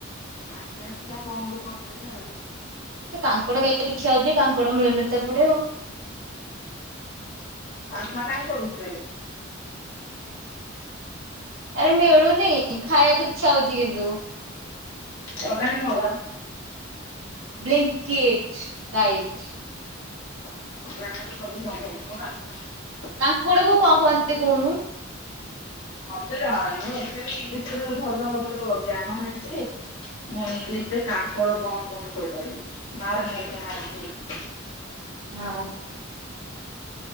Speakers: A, on the left; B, on the right.
A: <unintelligible> କଣ ଗୋଟେ କରିଦେଇଥା ଆଉ।
B: ମତେ କାଙ୍କଡ ଖାଇବାକୁ ଇଛା ହଉଛି ଯେ କାଙ୍କଡ ମିଳୁନ ତ ଏପଟେ ଆଉ।
A: ଆଶା କାଇଁ କରୁଛୁ ଏବେ।
B: ଆରେ ମିଳୁନି ଖାଇବାକୁ ଇଚ୍ଛା ହଉଛି କିନ୍ତୁ।
A: ଅନଲାଇନ ମଗା।
B: Blinkit right.
A: <unintelligible>
B: କାଙ୍କଡକୁ କଣ କୁହନ୍ତି ଟିକେ କହୁନୁ।
A: ମତେ ଜଣାନାହିଁ ମୋର ଏତେ ବି ଇଂଲିଶ ଭଲ ଜ୍ଞାନ ନାହିଁ ଯେ ମୁଁ ଇଂଲିଶ ରେ କାଙ୍କଡ କୁ କଣ କୁହନ୍ତି କହିପାରିବି। ମାର ନେଟ୍ ରେ ମାରିକି ଦେଖ।
B: ହଁ।